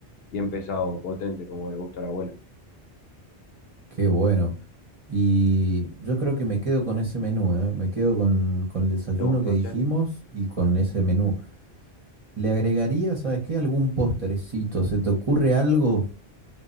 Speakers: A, on the left; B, on the right.
A: Bien pesado, potente, como le gusta a la abuela.
B: Qué bueno. Y yo creo que me quedo con ese menú, ¿eh? Me quedo con, con el desayuno
A: ¿Te gustó,
B: que dijimos
A: che?
B: y con ese menú. ¿Le agregaría, sabes qué, algún postrecito? ¿Se te ocurre algo?